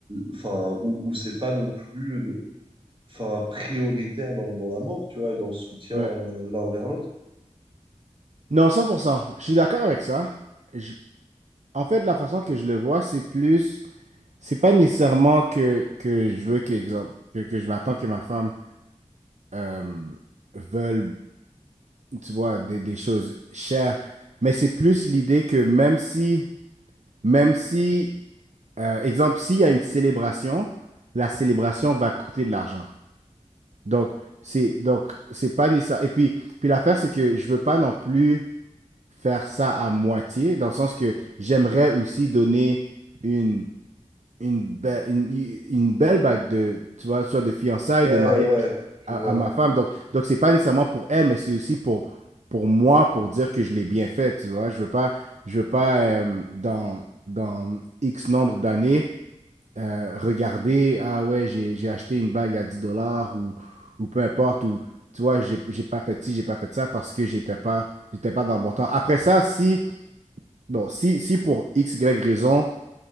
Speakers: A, on the right; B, on the right.
A: enfin, où, où c'est pas non plus euh, enfin, prioritaire dans, dans l'amour, tu vois, et dans le soutien
B: Ouais.
A: euh, l'un envers l'autre.
B: Non, cent pour cent Je suis d'accord avec ça. Je- En fait, la façon que je le vois, c'est plus, c'est pas nécessairement que, que je veux que, exemple, que, que je m'attends que ma femme euh, veulent, tu vois, des, des choses chères. Mais c'est plus l'idée que même si, même si, euh, exemple, s'il y a une célébration, la célébration va coûter de l'argent. Donc, c'est, donc, c'est pas nécessaire. Et puis, puis l'affaire, c'est que je veux pas non plus faire ça à moitié, dans le sens que j'aimerais aussi donner une, une, belle une, une belle bague de, tu vois, soit de fiançailles,
A: Ouais,
B: de mariage
A: ouais, je
B: à,
A: vois.
B: à ma femme. Donc, donc c'est pas nécessairement pour elle, mais c'est aussi pour, pour moi, pour dire que je l'ai bien fait, tu vois. Je veux pas, je veux pas euh, dans, dans X nombre d'années euh, regarder, ah ouais, j'ai, j'ai acheté une bague à 10 dollars ou, ou peu importe, ou tu vois, j'ai, j'ai pas fait ci, j'ai pas fait ça parce que j'étais pas, j'étais pas dans le bon temps. Après ça, si, bon, si, si pour X, Y raison,